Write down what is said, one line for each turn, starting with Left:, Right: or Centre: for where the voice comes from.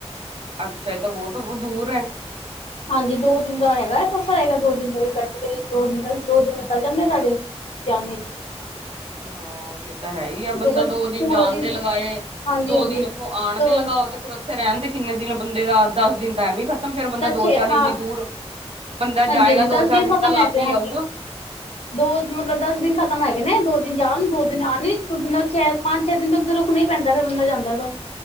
Right: ਅੱਛਾ ਐ ਤੇ ਬੋਤ ਦੂਰ ਐ।
Left: ਹਾਂਜੀ ਦੋ ਦਿਨ ਦਾ ਹੈਗਾ ਸਫ਼ਰ, ਹੈਗਾ ਦੋ ਦਿਨ ਦਾ ਗੱਡੀ ਦੇ ਦੋ ਨਲ ਦੋ ਦਿਨ ਨਿਕਲ ਜਾਂਦੇ ਸਾਡੇ। ਜਾਨ ਚ।
Right: ਹਾਂ ਫੇਰ ਤਾਂ ਹੈ ਈ ਐ, ਬੰਦਾ
Left: ਜੈਸੇ
Right: ਦੋ
Left: ਪੂਰਾ
Right: ਦਿਨ ਜਾਨ ਦੇ ਲਗਾਏ।
Left: ਹਾਂਜੀ
Right: ਦੋ
Left: ਹਾਂਜੀ।
Right: ਦਿਨ ਉੱਥੋਂ ਆਣ
Left: ਤੋ
Right: ਦੇ ਲਗਾਓ ਤੇ ਫਿਰ ਫੇਰ ਰਹਿਣ ਦੇ ਕਿੰਨੇ ਦਿਨ ਬੰਦੇ ਦਾ? ਦਸ ਦਿਨ ਤਾਂ ਐਵੇ ਹੀ ਖਤਮ ਫੇਰ ਬੰਦਾ ਦੋ
Left: ਛੇ
Right: ਚਾਰ
Left: ਹਾਂ
Right: ਇੰਨੀ ਦੂਰ ਬੰਦਾ ਜਾਏਗਾ
Left: ਹਾਂਜੀ ਹਾਂਜੀ
Right: ਦੋ
Left: ਦਸ
Right: ਚਾਰ ਦਿਨ
Left: ਖਤਮ
Right: ਤਾਂ ਲਾ
Left: ਹੈਗੇ
Right: ਕੇ ਈ
Left: ਹਾਂਜੀ।
Right: ਆਊਗਾ।
Left: ਦੋ ਮਤਲਬ ਦਸ ਦਿਨ ਖ਼ਤਮ ਹੈਗੇ ਨੇ, ਦੋ ਦਿਨ ਜਾਣ ਦੋ ਦਿਨ ਆਨ ਚ <unintelligible> ਪੰਜ ਛੇ ਦਿਨ ਤੋਂ ਉੱਧਰ ਰੁਕਨਾਂ ਪੈਂਦਾ ਫਿਰ ਬੰਦਾ ਜਾਂਦਾ ਤਾਂ।